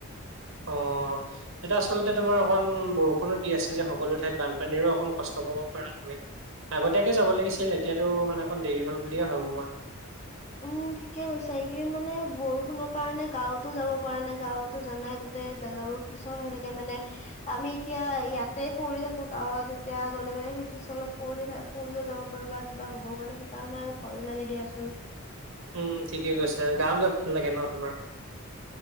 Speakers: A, on the right; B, on the left.
A: অ'। এতিয়া আচলতে তোমাৰ অকণ বৰষুণো দি আছে যে সকলো ঠাইত বানপানীৰো অকণ কষ্ট পাব পাৰা তুমি। আগতীয়াকে যাব লাগিছিল। এতিয়াতো মানে অকণ দেৰি হ'ল বুলিয়ে ভাবো মই।
B: উম ঠিকে কৈছা এইকেইদিন মানে বৰষুণৰ কাৰণে গাঁৱতো যাব পৰা নাই গাঁৱতো জানাই গো টেই জাগাবোৰ পিছল হৈ থাকে মানে। আমি এতিয়া ইয়াতে পৰি থাকো গাঁৱত এতিয়া গ'লে মানে সেই পিছলত পৰি থা পৰিয়ে যাব পাৰে বা কিবা হ'ব পাৰে সেইকাৰণে আৰু ভয়ো লাগে দিয়াচোন।
A: উম ঠিকে কৈছে গাঁৱত গৈ ভাল লাগে ন তোমাৰ?